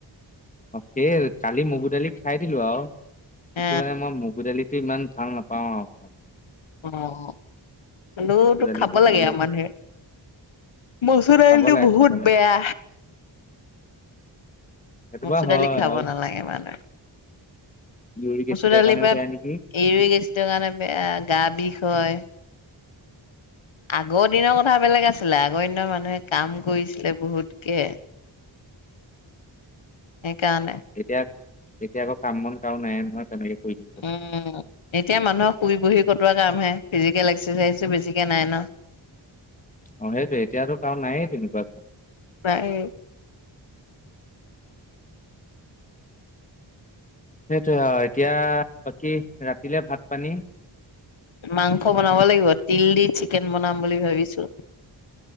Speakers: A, on the left; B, on the left.
A: অহ, সেইয়াই কালি মগুৰ দালি খাই দিলোঁ আৰু কিন্তু,
B: আ
A: মানে মই মগুৰ দালি ইমান ভাল নাপাওঁ আৰু।
B: অহ, হ'লেও
A: মচুৰ
B: টো
A: দালিটো
B: খাব লাগে
A: ভাল
B: আৰু মানুহে। মচুৰ দালিটো
A: খাব লাগে
B: বহুত
A: খাব লাগে
B: বেয়া।
A: সেইটো
B: মচুৰ
A: বাৰু
B: দালি
A: হয়
B: খাব
A: আৰু
B: নালাগে মানুহে।
A: ইউৰিক এচিডৰ
B: মচুৰ দালিৰ
A: কাৰণেও
B: পৰা
A: বেয়া নেকি
B: ইউৰিক এচিডৰ কাৰণে বেয়া, গা বিষ হয়। আগৰ দিনৰ কথা বেলেগ আছিলে, আগৰ দিনৰ মানুহে কাম কৰিছিলে বহুতকে। সেইকাৰণে।
A: এতিয়া, এতিয়া আকৌ কাম বন কাৰো নাইয়ে নহয় তেনেকে। কৰি থাকিবলৈ
B: অহ, এতিয়া মানুহৰ শুই বহি কটোৱা কামহে। ফিজিকেল এক্সাৰচাইজো বেছিকৈ নাই ন'?
A: অহ, সেইটোৱে এতিয়াতো কাৰো নাইয়ে তেনেকুৱা।
B: নাইয়ে
A: সেইটোয়ে আৰু এতিয়া বাকী ৰাতিলে ভাত- পানী?
B: মাংস বনাব লাগিব, তিল দি চিকেন বনাম বুলি ভাবিছোঁ।